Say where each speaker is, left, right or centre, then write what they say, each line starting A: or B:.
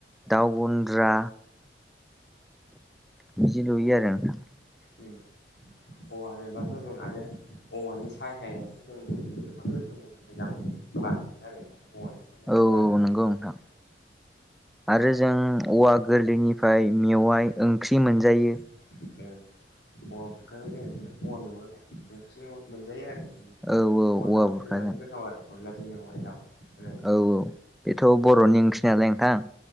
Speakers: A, in the centre; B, on the left.
A: दाउ गन्द्रा। बिदि लुयो आरो नोंथां।
B: उम औव हेबाथ' जों आरो औवानि साहायावथ' जों गोबां रोखोमनि मोजां बार मोनो आरोना औवानि सायानि
A: औ
B: बारानो
A: नंगौ
B: बेलेगखा
A: नोंथां आरो जों औवा गोरलैनिफ्राय मेवाइ ओंख्रि मोनजायो
B: ओऔवा बुरखा जों औवा मेवाय मोनजायो आरो
A: औ औवा
B: अनलाफोरजों
A: बुरखाजों
B: जानो गोथाव आरो अनलाजों मेवाय दाउ। आरो
A: औ औ बेथ' बर'नि ओंखि नालाय नोंथां।